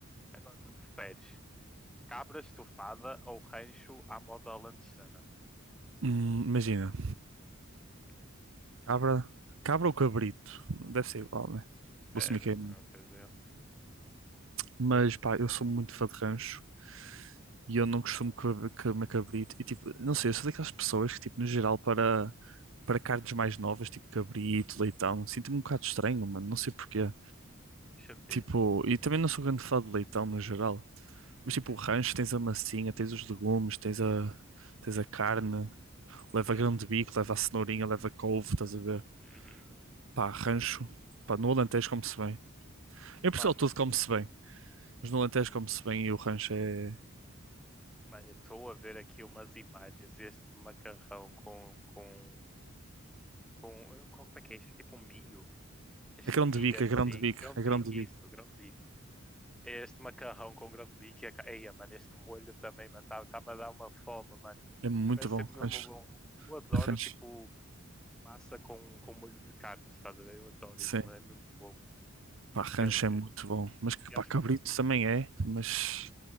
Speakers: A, in the centre; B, on the right.
A: Agora tu preferes. Cabra estufada ou rancho à moda lanchana?
B: Hum, imagina,
A: Hum,
B: cabra, cabra ou cabrito? Deve ser igual, né?
A: é,
B: Vou assumir
A: deve
B: que
A: ser
B: é.
A: a mesma coisa. é.
B: Mas pá, eu sou muito fã de rancho e eu não costumo comer comer cabrito. E tipo, não sei, eu sou daquelas pessoas que, tipo, no geral, para, para carnes mais novas, tipo cabrito, leitão, sinto-me um bocado estranho, mano, não sei porquê.
A: Faz sentido.
B: Tipo, e também não sou grande fã de leitão no geral. Mas
A: Uhum,
B: tipo, o rancho tens a massinha, tens os legumes, tens a, tens a carne,
A: uhum,
B: leva grão de bico, leva a cenourinha, leva couve, estás a ver?
A: uhum.
B: Pá, rancho. Pá, no Alentejo come-se bem. Em Portugal
A: Mano,
B: tudo come-se bem, mas no Alentejo come-se bem e o rancho é.
A: mano, eu estou a ver aqui umas imagens deste macarrão com, com, com, com- Como é que é isto? É Tipo um milho. Este
B: A grande
A: milho
B: bico,
A: assim.
B: a grande bico,
A: grão bico
B: a grande
A: isso,
B: bico.
A: grão bico É Este macarrão com grão bico e a... ca- Eia, mano, este molho também, mano, tá- tá-me a dar uma fome, mano.
B: É muito
A: Isto ser
B: bom,
A: mesmo
B: rancho.
A: bom. Eu adoro,
B: Rancho,
A: tipo, massa com, com molho de carne, estás a ver? Eu adoro
B: sim.
A: isso, mano, é mesmo bom.
B: Pá, rancho
A: Quer dizer,
B: é muito bom. Mas,
A: eu
B: pá,
A: acho
B: cabrito
A: que,
B: também é, mas,